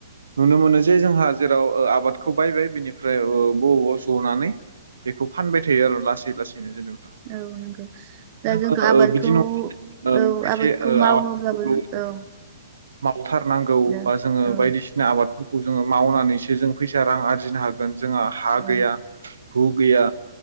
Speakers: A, on the right (about 85°); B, on the right (about 35°).
A: नुनो मोनो जे जोंहा जेराव ओ आबादखौ बायबाय बिनिफ्राय ओ बबावबा जनानै‌ बेखौ फानबाय थायो आरो लासै लासैनो जेनेबा।
B: औ नंगौ। दा जोंखौ
A: ओ
B: आबादखौ
A: बिदि नङा ओ
B: औ
A: खायसे
B: आबादखौ
A: ओ
B: मावोब्लाबो
A: आबादफोरखौ
B: जों औ।
A: मावथारनांगौ
B: दे
A: बा जोङो
B: औ
A: बायदिसिना आबादफोरखौ जोङो मावनानैसो जों फैसा रां आरजिनो हागोन जोंहा हा
B: औ
A: गैया हु गैया